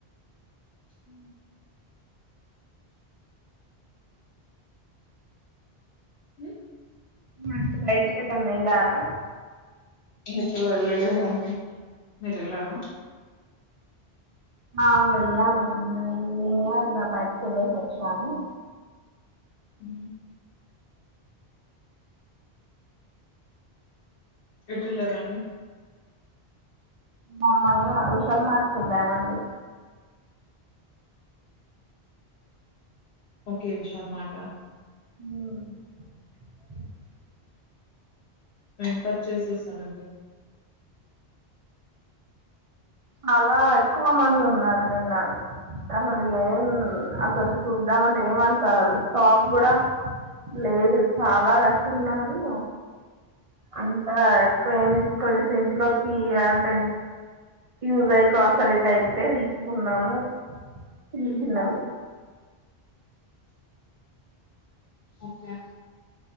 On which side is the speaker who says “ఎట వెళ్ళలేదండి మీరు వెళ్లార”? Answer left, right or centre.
Left